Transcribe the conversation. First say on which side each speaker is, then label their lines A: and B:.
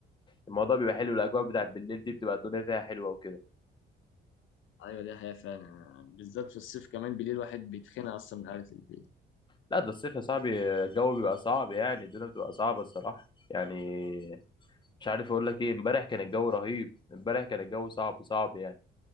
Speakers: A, on the left (about 25°); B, on the left (about 80°).
A: الموضوع بيبقى حلو الاجواء بتاعت بالليل دي بتبقى الدنيا فيها حلوه وكده
B: ايوه دي حقيقه فعلا بالذات في الصيف كمان بالليل الواحد بيتخنق اصلا من قعده البيت
A: لا ده الصيف يا صاحبي الجو بيبقى صعب يعني الدنيا بتبقى صعبة الصراحة يعني مش عارف اقول لك ايه امبارح كان الجو رهيب امبارح كان الجو صعب صعب يعني